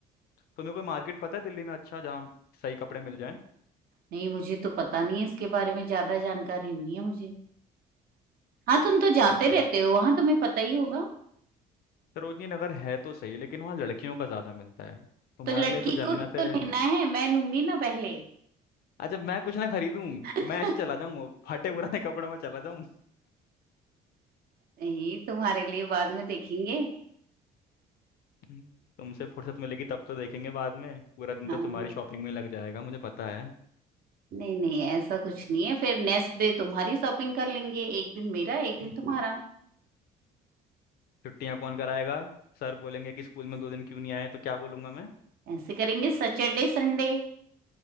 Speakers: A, on the left (about 65°); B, on the right (about 60°).
A: तुम्हें कोई मार्केट पता है दिल्ली में अच्छा जहाँ सही कपड़े मिल
B: नहीं मुझे तो पता नहीं है इसके बारे में ज्यादा जानकारी नहीं है मुझे हाँ तुम तो जाते
A: जाए
B: रहते हो वहां तुम्हें पता ही होगा
A: सरोजनी नगर है तो सही लेकिन वहाँ लड़कियों का ज्यादा मिलता है तुम्हारे
B: तो लड़की
A: लिए तो जन्नत
B: को ही
A: है
B: तो लेना है मैं लूंगी ना पहले
A: अच्छा मैं कुछ ना खरीदूं
B: <laughs>
A: मैं ऐसे चला जाऊं फटे पुराने कपड़ों में चला जाऊं
B: नहीं तुम्हारे लिए बाद में देखेंगे
A: हम्म, तुमसे फुर्सत मिलेगी तब तो देखेंगे बाद में पूरा दिन
B: हाँ
A: तो तुम्हारी शॉपिंग में लग जाएगा मुझे पता है
B: नहीं नहीं ऐसा कुछ नहीं है फिर नेक्स्ट डे तुम्हारी शॉपिंग कर लेंगे एक दिन मेरा एक दिन
A: हम्म
B: तुम्हारा
A: छुट्टियां कौन कराएगा सर बोलेंगे कि स्कूल में दो दिन क्यों नहीं आए तो क्या बोलूंगा मैं
B: ऐसे करेंगे सैटरडे संडे